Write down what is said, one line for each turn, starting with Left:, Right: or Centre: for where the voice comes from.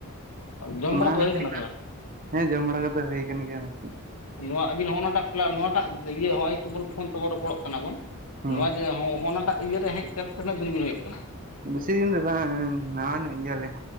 Left: ᱡᱚᱢ
Right: ᱚᱱᱟ
Left: ᱵᱟᱲᱟ ᱦᱩᱭ
Right: ᱠᱚ
Left: ᱠᱟᱱᱟ ᱥᱮ ᱵᱟᱝ
Right: ᱦᱮᱸ ᱡᱚᱢ ᱵᱟᱲᱟ ᱠᱚᱫᱚ ᱦᱩᱭ ᱠᱟᱱ ᱜᱮᱭᱟ ᱾
Left: ᱱᱚᱣᱟ ᱟᱵᱤᱱ ᱦᱚᱸᱜᱚ ᱱᱚᱣᱟᱴᱟᱜ ᱱᱚᱣᱟᱴᱟᱜ ᱤᱭᱟᱹ ᱦᱚᱸᱜᱚᱭ ᱱᱤᱛᱳᱜ ᱵᱚᱱ ᱯᱷᱳᱱ ᱛᱮᱵᱚᱱ ᱨᱚᱯᱚᱲᱚᱜ ᱠᱟᱱᱟ ᱵᱚᱱ
Right: ᱦᱩᱸ
Left: ᱱᱚᱣᱟ ᱡᱮ ᱦᱚᱸᱜᱚᱱᱟᱴᱟᱜ ᱤᱭᱟᱹ ᱨᱮ ᱦᱮᱡ ᱠᱟᱛᱮᱫ ᱛᱤᱱᱟᱹᱜ ᱫᱤᱱ ᱵᱤᱱ ᱦᱳᱭᱳᱜ ᱠᱟᱱᱟ᱾
Right: ᱵᱤᱥᱤ ᱫᱤᱱ ᱫᱚ ᱵᱟᱝ ᱱᱟᱣᱟ ᱧᱚᱜ ᱜᱮᱭᱟᱹᱞᱤᱧ᱾